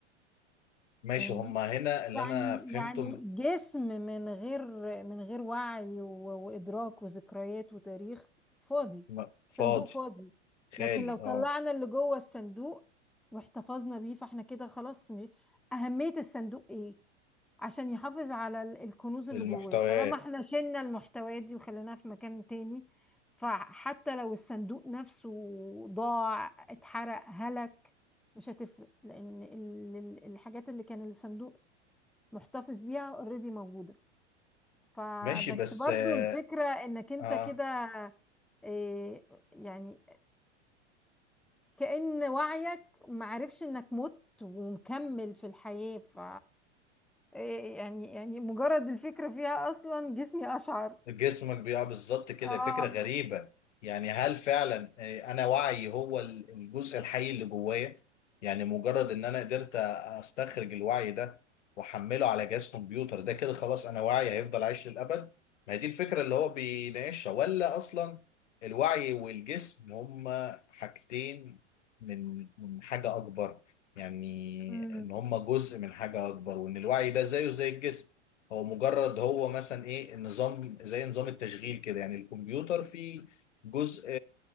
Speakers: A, on the left; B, in the centre.
A: ماشي
B: فاهمني
A: هما هنا اللي
B: يعني
A: انا فهمته
B: يعني
A: م...
B: جسم من غير من غير وعي و- وإدراك وذكريات وتاريخ فاضي
A: م- فاضي
B: صندوق فاضي
A: خالي
B: لكن لو طلعنا
A: اه
B: اللي جوه الصندوق واحتفظنا بيه فاحنا كده خلاص م- أهمية الصندوق ايه عشان يحافظ على ال- الكنوز اللي
A: المحتويات
B: جواه طالما احنا شلنا المحتويات دي وخليناها في مكان تاني فحتى لو الصندوق نفسه ضاع اتحرق هلك مش هتفرق لأن ال- ال- الحاجات اللي كان الصندوق محتفظ بيها اوريدي موجودة فبس
A: ماشي بس
B: برضو
A: اه,
B: الفكرة انك انت
A: آه.
B: كده إيه، يعني كأن وعيك معرفش انك مت ومكمل في الحياة ف إيه، يعني يعني مجرد الفكرة فيها اصلا جسمي اشعر
A: جسمك بيقع بالظبط كده
B: اه
A: فكرة غريبة يعني هل فعلا آه، انا وعي هو ال- الجزء الحي اللي جوايا يعني مجرد ان انا قدرت أ- استخرج الوعي ده واحمله على جهاز كمبيوتر ده كده خلاص انا وعي هيفضل عايش للابد ما هي دي الفكرة اللي هو بيناقشها ولا اصلا الوعي والجسم هما حاجتين من من حاجة اكبر يعني
B: امم
A: ان هما جزء من حاجة اكبر وان الوعي ده زيه زي الجسم هو مجرد هو مثلا ايه النظام زي نظام التشغيل كده يعني الكمبيوتر فيه جزء